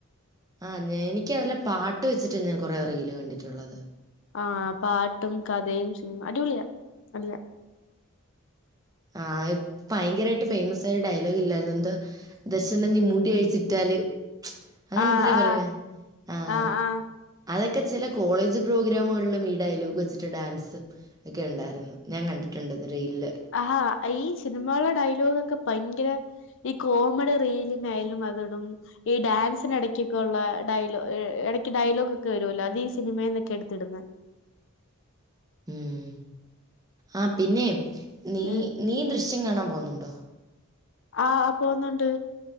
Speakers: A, on the right; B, on the left.
A: ആഹ് എനിക്ക് അതിലെ പാട്ട് വെച്ചിട്ട് ഞാൻ കുറെ റീൽ കണ്ടിട്ടുള്ളത്
B: ആഹ് പാട്ടും കഥയും സിനിമ അടിപൊളിയ അടിയ
A: ആഹ് ഭയങ്കരായിട്ട് ഫേമസ് ഡയലോഗ് ഇല്ലായിരുന്നോ എന്ത് ദർശന നീ മുടി അഴിച്ചിട്ടാല് അങ്ങനെ
B: ആ
A: എന്തിനാ പറയുന്നെ
B: ആ
A: ആഹ്
B: ആ ആ
A: അതൊക്കെ ചില കോളേജ് പ്രോഗ്രാമുകളിലും ഈ ഡയലോഗ് വെച്ചിട്ട് ഡാൻസ് ഒക്കെ ഉണ്ടായിരുന്നു ഞാൻ കണ്ടിട്ടുണ്ട് ഇത്‌ റീലില്
B: ആഹാ ഈ സിനിമകള ഡയലോഗ് ഒക്കെ ഭയങ്കര ഈ കോമഡി റീലിങ്ങ യാലും അത്ടും ഈ ഡാൻസിന് ഇടയ്ക്കൊക്കെ ഉള്ള ഡയലോഗ് ഇടയ്ക്ക് ഡയലോഗ് ഒക്കെ വരുമല്ലോ അത് ഈ സിനിമയിന്നാ എടുത്തിടുന്നെ
A: ഉം ആഹ് പിന്നെ നീ
B: ഉം
A: നീ ദൃശ്യം കാണാൻ പോന്നുണ്ടോ
B: ആഹ് പോന്നുണ്ട്